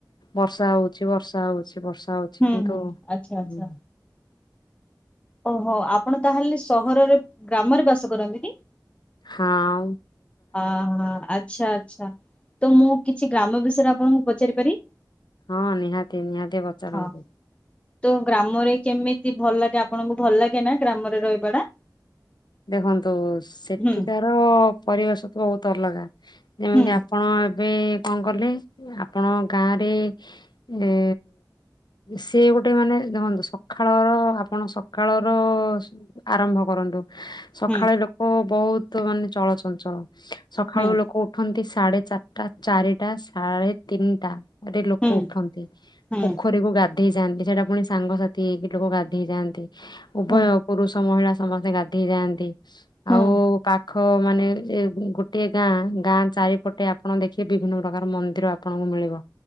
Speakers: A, on the left; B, on the left.
A: ବର୍ଷା ହଉଛି ବର୍ଷା ବର୍ଷା ହଉଛି ବର୍ଷା ହଉଛି
B: ହୁଁ
A: କିନ୍ତୁ
B: ହୁଁ
A: ହୁଁ
B: ଆଚ୍ଛା ଆଚ୍ଛା। ଓହୋ ଆପଣ ତାହେଲେ ସହରରେ ଗ୍ରାମରେ ବାସ କରନ୍ତି କି?
A: ହାଁ
B: ଅହ ଆଚ୍ଛା ଆଚ୍ଛା ତ ମୁଁ କିଛି ଗ୍ରାମ ବିଷୟରେ ଆପଣଙ୍କୁ ପଚାରି ପାରି-
A: ହଁ ନିହାତି ନିହାତି ପଚାରନ୍ତୁ
B: ହଁ ତ ଗ୍ରାମରେ କେମିତି ଭଲ ଲାଗେ ଆପଣଙ୍କୁ ଭଲ ଲାଗେ ନା ଗ୍ରାମରେ ରହିବା ଟା
A: ଦେଖନ୍ତୁ ସେଠିକାର
B: ହୁଁ
A: ପରିବେଶ ତ ବହୁତ ଅଲଗା ଯେମିତି
B: ହୁଁ
A: ହଁ ଏବେ କଣ କଲେ ଆପଣ ଗାଁରେ ଏ ସେ ଗୋଟେ ମାନେ ଦେଖନ୍ତୁ ସକାଳର ଆପଣ ସ ସକାଳର ଆରମ୍ଭ କରନ୍ତୁ ସକାଳେ
B: ହୁଁ
A: ଲୋକ ବହୁତ ମାନେ ଚଳଚଞ୍ଚଳ ସକାଳୁ
B: ହୁଁ
A: ଲୋକ ଉଠନ୍ତି ସାଢ଼େ ଚାରିଟା ଚାରିଟା ସାଢ଼େ ତିନିଟା ରେ ଲୋକ
B: ହୁଁ
A: ଉଠନ୍ତି
B: ହୁଁ
A: ପୋଖରୀକୁ ଗାଧୋ - ଯାଆନ୍ତି ସେଟା ପୁଣି ସାଙ୍ଗସାଥି ହେଇକି ଲୋକ ଗାଧୋଇ ହେଇଯାଆନ୍ତି ଉଭୟ
B: ହୁଁ
A: ପୁରୁଷ ମହିଳା ସମସ୍ତେ ଗାଧେ ହେଇ ଯାଆନ୍ତି
B: ହୁଁ
A: ଆଉ ପା- ପାଖ ମାନେ ଗୋଟେ ଗାଁ ଗାଁ ଚାରିପଟେ ଆପଣ ଦେଖିବେ ବିଭିନ୍ନ ପ୍ରକାର ମନ୍ଦିର ଆପଣଙ୍କୁ ମିଳିବ